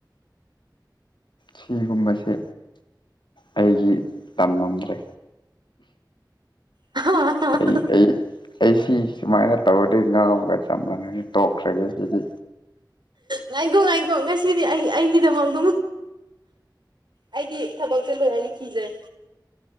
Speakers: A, on the left; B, on the right.
A: ꯁꯤꯒꯨꯝꯕꯁꯦ ꯑꯩꯒꯤ ꯇꯝꯃꯝꯗ꯭ꯔꯦ
B: ꯑ
A: ꯑꯩ ꯑꯩ ꯑꯩ ꯁꯤ ꯁꯨꯃꯥꯏꯅ ꯇꯧꯔꯗꯤ ꯉꯥꯎꯕꯒ ꯆꯞ ꯃꯥꯟꯅꯅ ꯇꯣꯛꯈ꯭ꯔꯒꯦ ꯁꯤꯗꯤ
B: ꯉꯥꯏꯈꯣ ꯉꯥꯏꯈꯣ ꯉꯁꯤꯗꯤ ꯑꯩ ꯑꯩꯒꯤꯗꯃꯛꯗ ꯑꯩꯒꯤ ꯊꯕꯛꯁꯦ ꯂꯣꯏꯔꯅ ꯤꯖꯩ